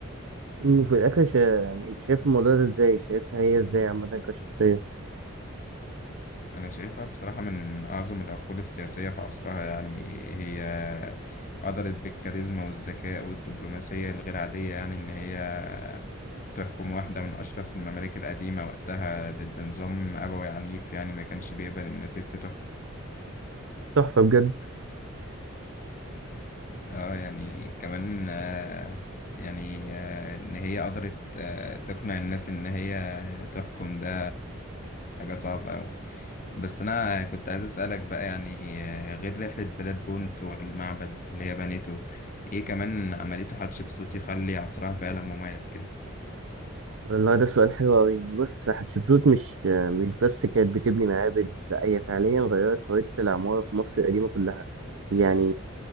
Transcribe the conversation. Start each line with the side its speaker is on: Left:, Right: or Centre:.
Right: امم في الآخر شا... يعني أنت شايف الموضوع ده إزاي؟ شايفها هي إزاي عامة كشخصية؟
Left: أنا شايفها بصراحة من أعظم العقول السياسية في عصرها يعني هي قدرت بالكاريزما والذكاء والدبلوماسية الغير عادية يعني إن هي تحكم واحدة من أشرس الممالك القديمة وقتها ضد نظام أبوي عنيف يعني ما كانش بيقبل إن ست تحكم
Right: تحفة بجد
Left: اه يعني كمان آه يعني آه إن هي قدرت آه تقنع الناس إن هي تحكم ده حاجة صعبة أوي بس أنا كنت عايز أسألك بقى يعني آه، غير رحلة بلاد بونت والمعبد اللي هي بنيته إيه كمان عملته حتشبسوت يخلي عصرها فعلا مميز كده
Right: والله ده سؤال حلو أوي يعني بص حتشبسوت مش مش بس كانت بتبني معابد لا هي فعليا غيرت خريطة العمارة في مصر القديمة كلها يعني